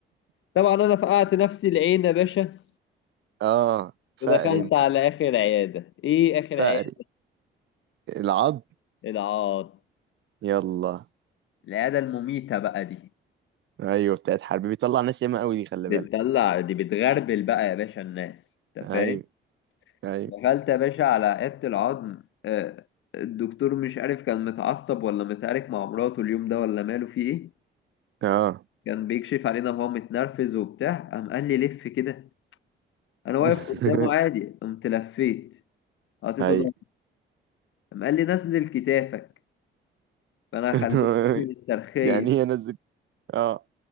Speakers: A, on the left; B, on the right.
A: طبعا انا فقعت نفسي العين يا باشا
B: اه فقري
A: ودخلت
B: أنت
A: على اخر عياده ايه اخر
B: فقري
A: عياده
B: العض
A: العاط
B: يلا
A: العياده المميته بقى دي
B: أيوة بتاعت حرب بيطلع ناس ياما قوي دي خلي
A: بتطلع
B: بالك
A: دي بتغربل بقى يا باشا الناس انت
B: أيوة
A: فاهم
B: أيوة
A: دخلت يا باشا على عيادة العظم آه، الدكتور مش عارف كان متعصب ولا متعارك مع مراته اليوم ده ولا ماله في ايه
B: اه
A: كان بيكشف علينا وهو متنرفز وبتاع قام قال لي لف كده انا واقف
B: <laughs>
A: قدامه عادي قمت لفيت حطيته
B: هاي
A: ده قام قال لي نزل كتافك فانا
B: <laughs>
A: خليت كتافي مسترخيه
B: يعني ايه انزل اه